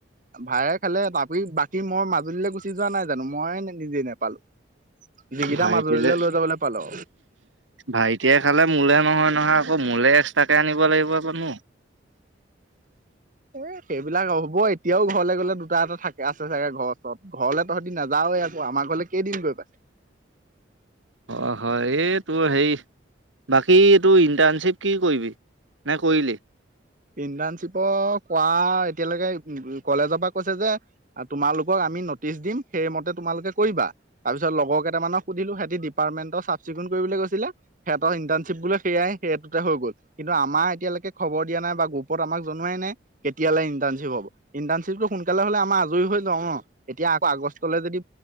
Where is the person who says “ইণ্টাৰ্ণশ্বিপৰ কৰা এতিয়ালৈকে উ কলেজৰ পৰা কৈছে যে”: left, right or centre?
Right